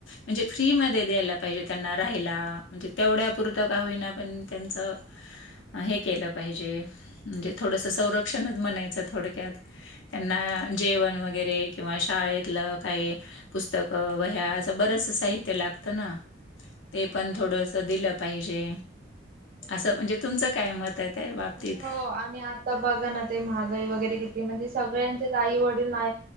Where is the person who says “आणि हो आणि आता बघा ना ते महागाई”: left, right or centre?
Right